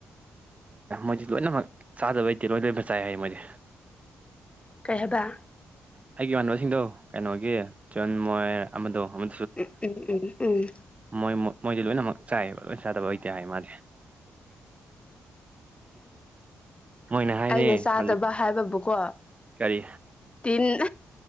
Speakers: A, on the right; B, on the left.
A: ꯃꯣꯏꯗꯤ ꯂꯣꯏꯅꯃꯛ ꯆꯥꯗꯕꯩꯇꯦ ꯂꯣꯏ ꯂꯣꯏꯃꯛ ꯆꯥꯏ ꯍꯥꯏ ꯃꯣꯏꯗꯤ
B: ꯀꯩ ꯍꯥꯏꯕ
A: ꯑꯩꯒꯤ ꯏꯃꯥꯟꯅꯕꯁꯤꯡꯗꯣ ꯀꯩꯅꯣꯒꯤ ꯆꯟ ꯃꯣꯏꯔ ꯑꯃꯗꯣ ꯑꯃ
B: ꯎꯝ ꯎꯝ ꯎꯝ ꯎꯝ
A: ꯃꯣꯏ ꯃꯣꯏꯗꯤ ꯂꯣꯏꯅꯃꯛ ꯆꯥꯏꯑꯕ ꯂꯣꯏꯅ ꯆꯥꯗꯕ ꯑꯣꯏꯇ ꯍꯥꯏ ꯃꯥꯗꯤ ꯃꯣꯏꯅ ꯍꯥꯏꯅꯦ
B: ꯑꯩꯅ ꯆꯥꯗꯕ
A: ꯍꯧꯖꯤꯛ
B: ꯍꯥꯏꯕꯕꯨꯀꯣ
A: ꯀꯒꯥꯔꯤ
B: ꯇꯤꯟ